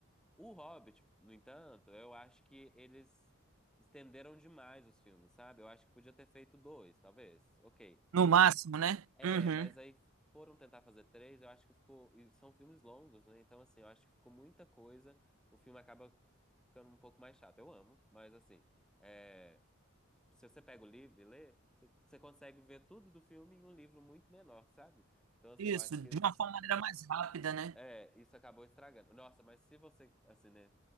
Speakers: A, in the centre; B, on the right.
A: O Hobbit, no entanto, eu acho que eles estenderam demais os filmes, sabe? Eu acho que podia ter feito dois, talvez. Ok.
B: No máximo, né?
A: É,
B: Uhum.
A: mas aí foram tentar fazer três, eu acho que ficou. E são filmes longos, né? Então, assim, eu acho que ficou muita coisa. O filme acaba ficando um pouco mais chato. Eu amo, mas assim. é, Se você pega o livro e lê, você você consegue ver tudo do filme em um livro muito menor, sabe? Então, assim,
B: Isso,
A: eu acho
B: de
A: que
B: uma forma maneira mais rápida, né?
A: é, isso acabou estragando. Nossa, mas se você, assim, né,